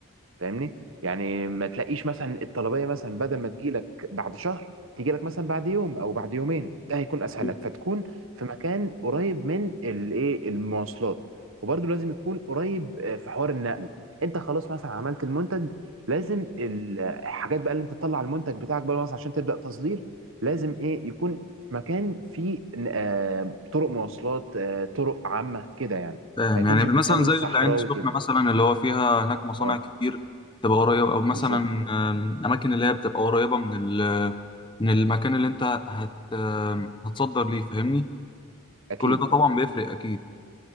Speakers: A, on the right; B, on the left.
A: فاهمني يعني ما تلاقيش مثلا الطلبيه مثلا بدل ما تجيلك بعد شهر تجيلك مثلا بعد يوم او بعد يومين ده هيكون اسهل
B: م.
A: لك فتكون في مكان قريب من الايه المواصلات وبرده لازم يكون قريب آه، في حوار النقل انت خلاص مثلا عملت المنتج لازم الحاجات بقى اللي انت تطلع المنتج بتاعك بقى مثلا عشان تبدا تصدير لازم ايه يكون في مكان فيه آه، طرق مواصلات آه، طرق عامه كده يعني
B: فاهم
A: ما يكونش
B: يعني
A: في مكان
B: مثلا زي
A: صحراوي
B: العين السخنة
A: كده
B: مثلا اللي هو فيها هناك مصانع
A: اه
B: كتير تبقى قريبة أو مثلا
A: بالظبط
B: آم، أماكن اللي هي بتبقى قريبة من ال من المكان اللي أنت هت آم، هتصدر ليه فاهمني
A: اكيد
B: كل ده طبعا بيفرق أكيد